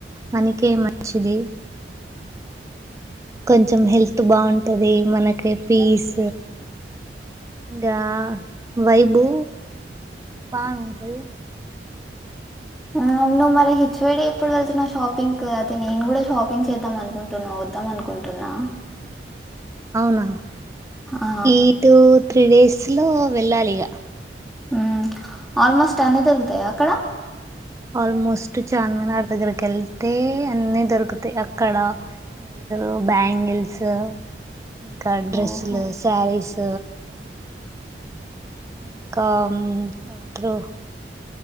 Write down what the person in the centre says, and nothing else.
ఆ నువ్వు మరి హేచ్యైడి ఎప్పుడు వెళ్తున్నావు షాపింగ్ కు అది నేను కూడా షాపింగ్ చేద్దాం అనుకుంటున్నా వద్దాం అనుకుంటున్నా
ఆ!
ఉమ్ ఆల్మోస్ట్ అన్నీ దొరుకుతాయా అక్కడ
ఓహో!